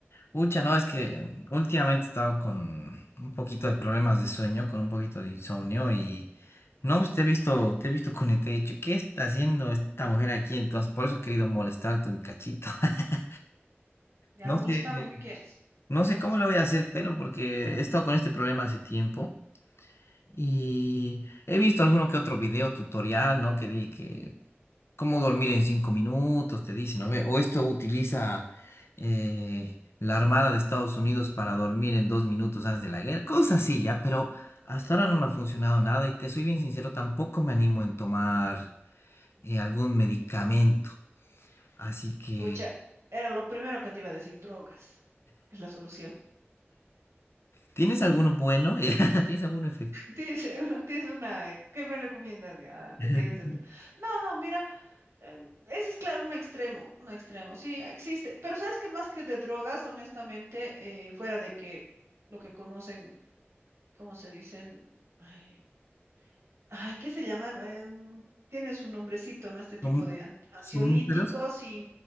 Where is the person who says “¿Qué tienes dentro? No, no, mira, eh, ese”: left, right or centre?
Right